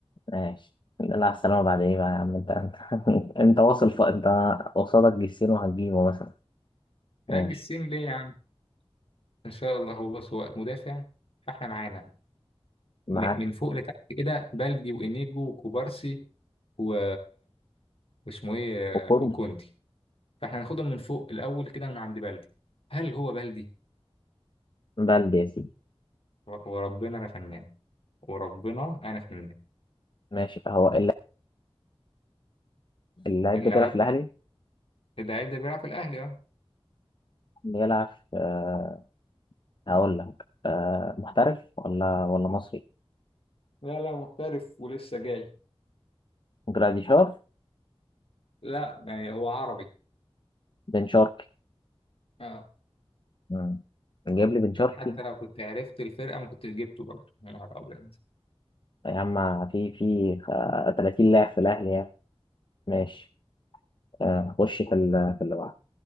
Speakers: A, on the left (about 50°); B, on the left (about 65°).
A: ماشي لا السلامة بعد ايه بقى يا عم انت انت <laughs> انت واصل ف... انت قصادك جسيم وهتجيبه مثلا ماشي
B: يا السين ليه يا عم؟ ان شاء الله هو بص هو مدافع فاحنا معانا
A: معاك
B: م- من فوق لتحت كده بلدي وانيجو وكوبارسي و- واسمه ايه
A: وكل
B: وكوندي فاحنا هناخدهم من فوق الاول كده من عند بلدي هل هو بلدي
A: بلدي يا سيدي
B: و- وربنا انا فنان وربنا انا فنان
A: ماشي هو الل- اللاعب
B: اللعيب
A: ده بيلعب في الأهلي
B: بت- اللعيب ده بيلعب في الاهلي اه
A: بيلعب في آه... هقول لك آه... محترف ولا ولا مصري
B: لا لا محترف ولسه جاي
A: جراديشار
B: لا يعني هو عربي
A: بن شرقي
B: اه
A: مم. جايب لي بن شرقي
B: يعني حتى لو كنت عرفت الفرقه ما كنتش جبته برضه يا نهار ابيض
A: يا عم في في آه... 30 لاعب في الأهلي يعني ماشي آه... خش في ال... في اللي بعده